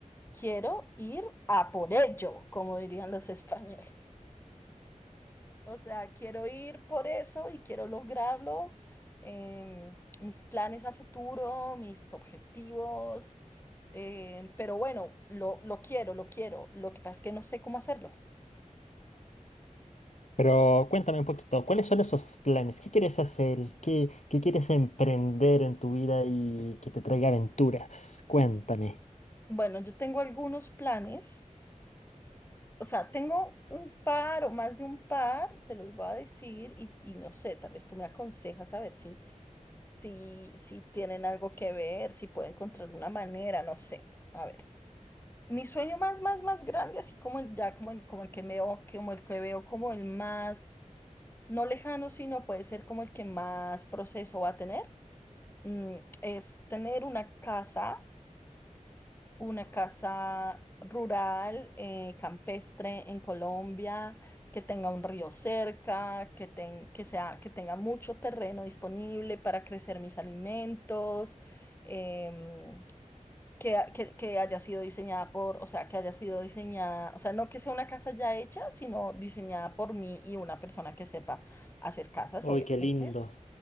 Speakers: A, on the left; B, on the left.
A: Quiero ir a por ello, como dirían los españoles. O sea, quiero ir por eso y quiero lograrlo. em, mis planes a futuro, mis objetivos. em, pero bueno, lo, lo quiero, lo quiero. Lo que pasa es que no sé cómo hacerlo.
B: Pero cuéntame un poquito, ¿cuáles son esos planes? ¿Qué quieres hacer? ¿Qué, qué quieres emprender en tu vida y que te traiga aventuras? Cuéntame.
A: Bueno, yo tengo algunos planes. O sea, tengo un par o más de un par, te los voy a decir y, y no sé, tal vez tú me aconsejas a ver si, si, si tienen algo que ver, si puedo encontrar una manera, no sé. A ver, mi sueño más, más, más grande, así como el ya, como el, como el que veo, como el que veo, como el más, no lejano, sino puede ser como el que más proceso va a tener, mm, es tener una casa una casa rural, eh, campestre en Colombia, que tenga un río cerca, que, ten- que sea, que tenga mucho terreno disponible para crecer mis alimentos, em, que, ha- que- que haya sido diseñada por, o sea, que haya sido diseñada, o sea, no que sea una casa ya hecha, sino diseñada por mí y una persona que sepa hacer casas,
B: Uy,
A: obviamente.
B: qué lindo.